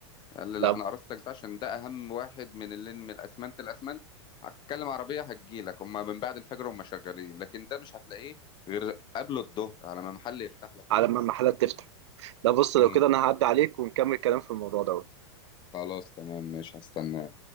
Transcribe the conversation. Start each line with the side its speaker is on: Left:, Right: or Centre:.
Left: قال لي
Right: لا
Left: لا انا قرصتك ده عشان ده اهم واحد من اللي من الاسمنت الاسمنت هتكلم عربيه هتجيلك هم من بعد الفجر هم شغالين لكن ده مش هتلاقيه غير قبل الظهر على ما محل يفتح لك
Right: على
Left: اساسا
Right: ما المحلات تفتح لا بص لو
Left: امم
Right: كده انا هعدي عليك ونكمل كلام في الموضوع ده
Left: خلاص تمام مش هستناه